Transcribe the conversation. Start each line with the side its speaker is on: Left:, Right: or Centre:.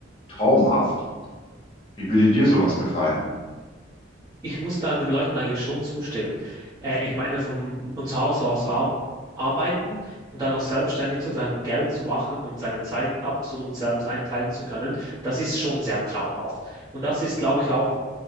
Left: traumhaft. Wie würde dir sowas gefallen?
Right: ich muss da den Leuten eigentlich schon zustimmen. Äh, ich meine, vom, von zu Hause aus ar arbeiten und dann noch selbstständig zu sein und Geld zu machen und seine Zeiten absolut selbst einteilen zu können, das ist schon sehr traumhaft. Und das ist, glaube ich, auch